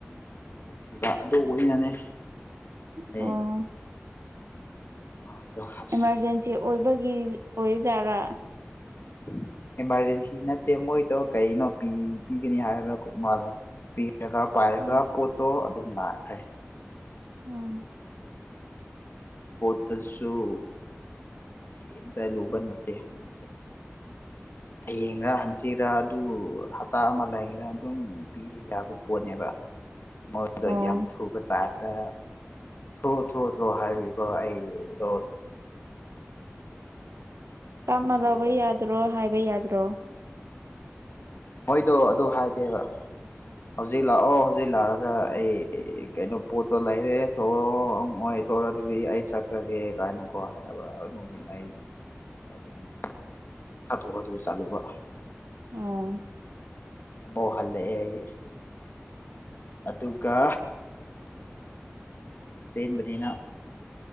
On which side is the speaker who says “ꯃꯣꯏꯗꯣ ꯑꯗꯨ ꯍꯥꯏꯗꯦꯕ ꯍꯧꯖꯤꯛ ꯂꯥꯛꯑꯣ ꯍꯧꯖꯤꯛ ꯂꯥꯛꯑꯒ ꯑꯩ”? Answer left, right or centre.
Left